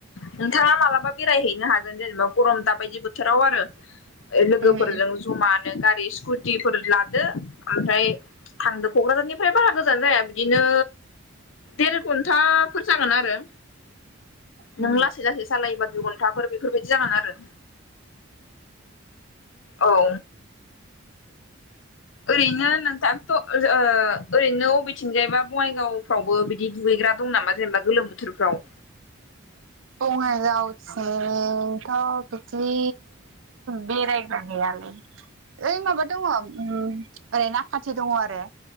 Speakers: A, on the left; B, on the right.
A: नोंथाङा मालाबा बेरायहैनो हागोन जेनेबा गरम दाबायदि बोथोराव आरो लोगोफोरजों
B: उम
A: जमानो गारि स्कुटिफोर लादो ओमफ्राय थांदो क'क्राझारनिफ्राय बारा गोजान जाया बिदिनो देर घन्टा फोर जागोन आरो
B: उम
A: नों लासै लासै सालायोबा दुइ घन्टाफोर बेफोरबायदि जालाङो आरो औ ओरैनो नोंथां थ' ओ ओरैनो अबेथिंजायबा बङाइगावफ्रावबो बिदि दुगैग्रा दं नामा जेनेबा गोलोम बोथोरफ्राव
B: बंगायगावथिंथ' बिदि बेरायगा गैया ओइ माबा दङ ओरै नाखाथि दङ आरो